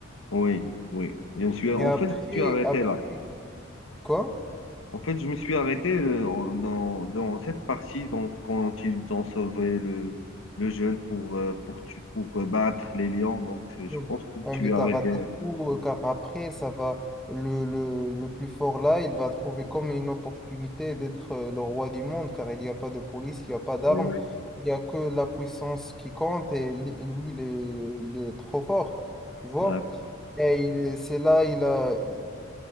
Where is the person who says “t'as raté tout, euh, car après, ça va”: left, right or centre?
Centre